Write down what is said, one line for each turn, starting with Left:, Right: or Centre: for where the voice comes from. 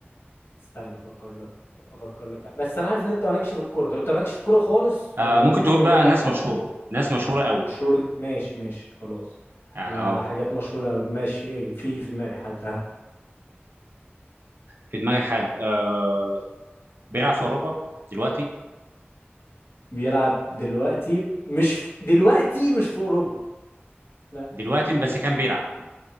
Left: استنى افكر لك افكر لك بس انا عارف ان انت مالكش في الكوره طب انت مالكش في الكوره خالص
Right: آه
Left: ولا
Right: ممكن
Left: ممكن
Right: تقول
Left: اجيب
Right: بقى
Left: لك
Right: ناس
Left: حاجه
Right: مشهورة ناس مشهورة قوي
Left: مشهوره دي ماشي ماشي خلاص
Right: يعني
Left: آه
Right: اه
Left: حاجات مشهوره أوي. ماشي في في دماغي حد ها
Right: في دماغك حد آه بيلعب في اوروبا دلوقتي
Left: بيلعب دلوقتي مش في... دلوقتي مش في اوروبا لا
Right: دلوقتي بس كان بيلعب